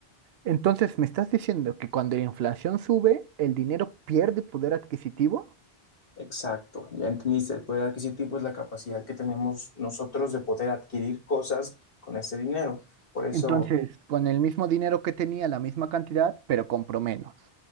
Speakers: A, on the right; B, on the left.
A: Entonces, ¿me estás diciendo que cuando la inflación sube, el dinero pierde poder adquisitivo?
B: Exacto, ya entendiste, el poder adquisitivo es la capacidad que tenemos nosotros de poder adquirir cosas con este dinero. Por eso
A: Entonces, con el mismo dinero que tenía, la misma cantidad, pero compro menos.